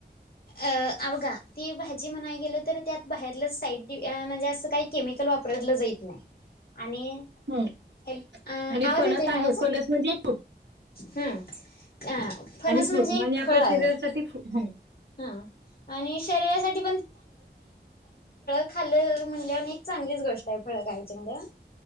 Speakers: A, on the left; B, on the right.
A: अ अवघा ती भाजी म्हणाय गेलं तर त्यात बाहेर साईड म्हणजे असं काही केमिकल वापरलं जात नाही आणि
B: हम्म
A: हे आवाज
B: आणि फणस
A: येतोय
B: आहे
A: ना माझ
B: फणस म्हणजे एक
A: हम् अ फनस
B: आणि फ्रूट
A: म्हणजे एक
B: आणि आपल्या
A: फळ आहे
B: शरीरासाठी फ्रू-
A: हा आणि शरीरासाठी खालं म्हण अ एक चांगलीच गोष्ट आहे फळ खायची म्हणज